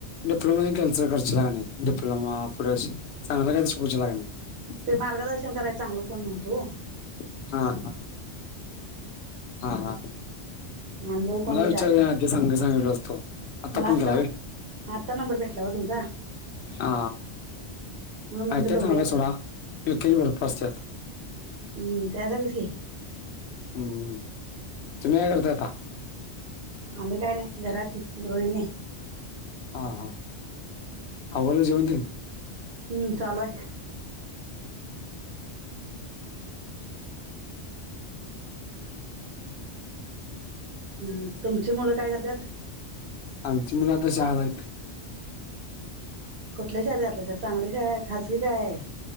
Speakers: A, on the left; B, on the right.
A: डिप्लोमा तेण कॅन्सल करशीला की नाही डिप्लोमा पुढे चांगलं काय तर शिकवशीला काय नाही.
B: ते मार्गदर्शन करायं चांगल कोण नव्हतं वो,
A: हा हा हा हा,
B: अनुभवी कोण
A: मला विचारशिला
B: जास्त
A: कणी मी सांग सांगितलो असतो आता
B: मला
A: फोन
B: आत्ता
A: केलाय
B: ना
A: होय.
B: आत्ता नंबर भेटला हो तुमचा,
A: हा
B: म्हणून म्हणलं
A: आयटया
B: बघूया
A: चांगला आहे सोडा
B: तर
A: उकेजी भरपूर असतात.
B: हम्म त्यासाठीच की,
A: हम्म तुम्ही काय करताय आता?
B: आम्ही काही नाही घरात गृहिणी आहं.
A: हा हा आवरलं जेवण तेण?
B: हम्म चालू आहे. हम् तुमची मुलं काय करत्यात.
A: आमची मुलं आत्ता शाळेला आहीतं
B: कुठल्या शाळेत घातलाय सा चांगल्या शाळा आहे खाजगी काय?